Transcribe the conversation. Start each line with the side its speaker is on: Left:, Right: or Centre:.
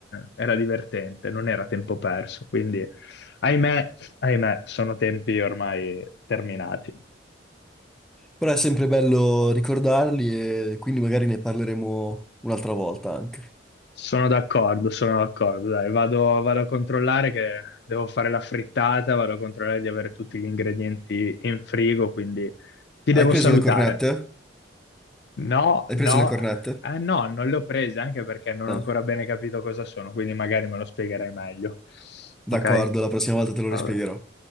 Left: era divertente, non era tempo perso. Quindi, ahimè, ahimè, sono tempi ormai terminati.
Centre: Però è sempre bello ricordarli e quindi magari ne parleremo un'altra volta anche.
Left: Sono d'accordo, sono d'accordo. Dai, vado, vado a controllare che devo fare la frittata, vado a controllare di avere tutti gli ingredienti in frigo, quindi ti devo
Centre: Hai preso
Left: salutare.
Centre: le cornette?
Left: No,
Centre: Hai
Left: no,
Centre: preso le cornette?
Left: ah no, non le ho prese anche perché non
Centre: No.
Left: ho ancora bene capito cosa sono, quindi magari me lo spiegherai meglio. Ok?
Centre: D'accordo, la prossima volta te lo
Left: Vabbè.
Centre: rispiegherò.